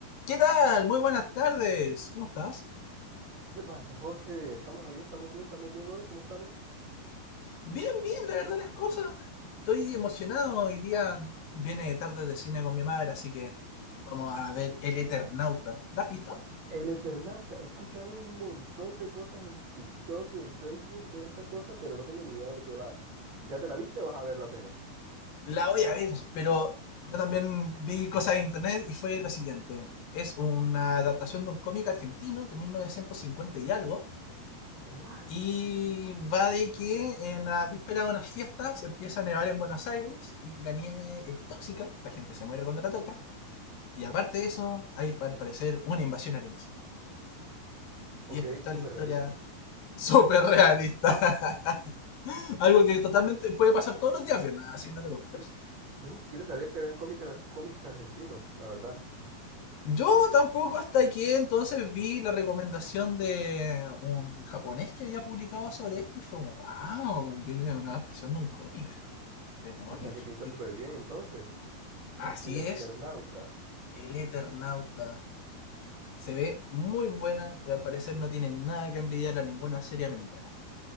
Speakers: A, on the left; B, on the right.
A: ¿Qué tal? Muy buenas tardes. ¿Cómo estás?
B: ¿Qué pasa, José? ¿Estamos bien? ¿Estamos bien? ¿Estamos bien hoy? ¿Cómo estamos?
A: Bien, bien, la verdad las cosas. Estoy emocionado. Hoy día viene tarde de cine con mi madre, así que vamos a ver El Eternauta. ¿La has visto?
B: El Eternauta. He escuchado un montón de cosas en TikTok y en Facebook de esa cosa, pero no tengo ni idea de qué va. ¿Ya te la viste o vas a verla apenas?
A: La voy a ver, pero yo también vi cosas en internet y fue lo siguiente. Es una adaptación de un cómic argentino de 1950 y algo.
B: What?
A: Y va de que en la víspera de unas fiestas empieza a nevar en Buenos Aires y la nieve es tóxica, la gente se muere cuando la toca. Y aparte de eso, hay al parecer una invasión alienígena.
B: Ok,
A: Y esta está
B: súper
A: la historia
B: realista.
A: súper realista. <laughs> Algo que totalmente puede pasar todos los días, Fiona, así que no te preocupes.
B: Sí. Yo ni siquiera sabía que habían cómics, cómics argentinos, la verdad.
A: Yo tampoco hasta aquí entonces vi la recomendación de un japonés que había publicado sobre esto y fue como, wow, viene una adaptación de un cómic. Demonios.
B: O sea, que pinta
A: Y
B: súper bien entonces.
A: así
B: El Eternauta.
A: es, El Eternauta. Se ve muy buena y al parecer no tiene nada que envidiarle a ninguna serie americana,